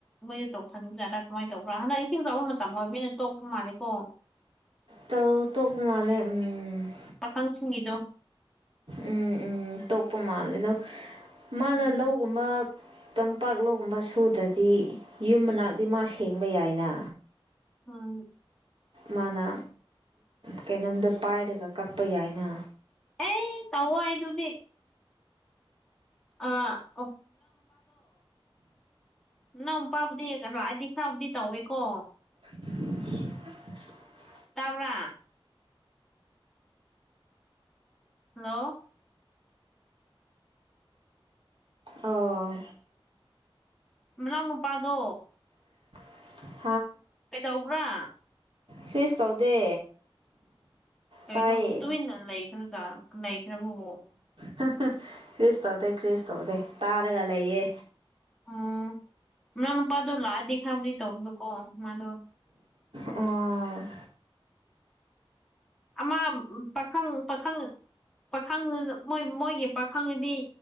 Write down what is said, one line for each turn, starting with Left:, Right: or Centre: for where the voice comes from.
Centre: ꯃꯣꯏꯅ ꯇꯣꯛꯊꯈꯤꯕꯕꯖꯥꯠ꯭ꯔꯥ ꯀꯃꯥꯏꯅ ꯇꯧꯕ꯭ꯔꯥ ꯍꯟꯗꯛ ꯏꯁꯤꯡ ꯆꯥꯎꯥꯕ ꯃꯇꯝ ꯍꯣꯏ ꯃꯤꯣꯏꯅ ꯇꯣꯛꯄ ꯃꯥꯜꯂꯤꯀꯣ
Right: ꯇꯧ ꯇꯣ ꯃꯥꯅꯦ ꯎꯝ
Centre: ꯄꯥꯈꯪꯁꯤꯡꯒꯤꯗꯣ
Right: ꯎꯝ ꯎꯝ ꯇꯨꯞꯄ ꯃꯥ ꯂꯩꯗꯣ ꯃꯥꯅ
Centre: ꯎꯝ
Right: ꯂꯧꯒꯨꯝꯕ ꯄꯥꯛꯂꯣꯛꯒꯨꯝꯕ ꯁꯨꯗ꯭ꯔꯗꯤ ꯌꯨꯝ ꯃꯅꯥꯛꯇꯤ ꯃꯥ ꯁꯦꯡꯕ ꯌꯥꯏꯅ
Centre: ꯑꯥ
Right: ꯃꯥꯅ ꯀꯩꯅꯣꯝꯗ ꯄꯥꯏꯔꯒ ꯀꯛꯄ ꯌꯥꯏꯅ
Centre: ꯑꯦ ꯇꯧꯋꯦꯏ ꯑꯗꯨꯗꯤ <unintelligible> ꯏꯅꯥꯎꯄꯥꯕꯨꯗꯤ ꯂꯥꯛꯏꯗꯤ ꯈꯔꯕꯨꯗꯤ ꯇꯧꯋꯦꯀꯣ
Right: <inaudible>
Centre: ꯇꯕ꯭ꯔꯥ ꯍꯂꯣ
Right: ꯑꯥꯎ
Centre: ꯃꯅꯥꯎ ꯅꯨꯄꯥꯗꯣ
Right: <unintelligible>
Centre: ꯀꯩꯗꯧꯕ꯭ꯔꯥ
Right: ꯐꯔꯦꯁ ꯇꯧꯗꯦ
Centre: ꯀꯩꯅꯣ
Right: ꯇꯥꯏꯌꯦ
Centre: ꯇꯨꯃꯤꯟꯅ ꯂꯩꯈ꯭ꯔꯥꯖꯥ ꯂꯩꯈ꯭ꯔꯥꯕꯣ
Right: ꯍꯥ ꯍꯥ ꯀꯔꯤꯁ ꯇꯧꯗꯦ ꯀꯔꯤꯁ ꯇꯧꯗꯦ ꯇꯔꯒ ꯂꯩꯌꯦ
Centre: ꯎꯝ ꯃꯅꯥꯎ ꯅꯨꯄꯥꯗꯣ ꯂꯥꯛꯑꯗꯤ ꯈꯔꯕꯨꯗꯤ ꯇꯧꯕꯀꯣ ꯃꯥꯗꯣ
Right: ꯑ
Centre: ꯑꯃ ꯄꯥꯈꯪ ꯄꯥꯈꯪ ꯄꯥꯈꯪꯗꯨꯖꯨ ꯃꯣꯏꯒꯤ ꯄꯥꯈꯪꯗꯤ